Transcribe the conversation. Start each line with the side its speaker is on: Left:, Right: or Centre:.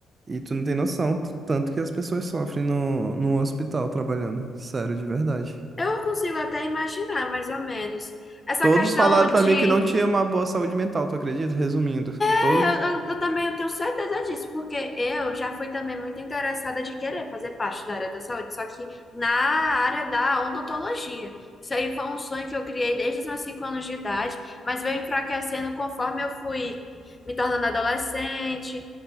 Right: E tu não tem noção, t- tanto que as pessoas sofrem no, no hospital trabalhando. Sério, de verdade.
Left: Eu consigo até imaginar, mais ou menos. Essa
Right: Todos
Left: questão
Right: falaram
Left: de
Right: pra mim que não tinha uma boa saúde mental, tu acredita? Resumindo, todos.
Left: É, eu, eu eu também eu tenho certeza disso, porque eu já fui também muito interessada de querer fazer parte da área da saúde, só que na área da odontologia. Isso aí foi um sonho que eu criei desde os meus cinco anos de idade, mas veio enfraquecendo conforme eu fui me tornando adolescente,